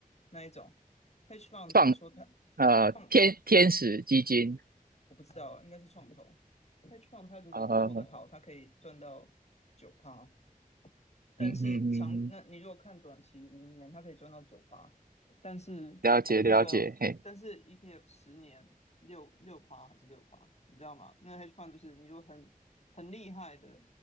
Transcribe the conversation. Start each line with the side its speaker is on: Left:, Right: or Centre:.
Left: 那一种 hedge fund，
Right: 创
Left: 比如说它。
Right: 呃天天使基金，
Left: 创我不知道，应该是创投。hedge fund 它如果做得好，
Right: 呃
Left: 它可以赚到九趴，但是长，
Right: 嗯嗯嗯嗯，
Left: 那你如果看短期五年，它可以赚到九趴，但是那个但是
Right: 了解了解，嘿，
Left: ETF 十年六六趴还是六趴，你知道吗？那 hedge fund 就是你如果很很厉害的，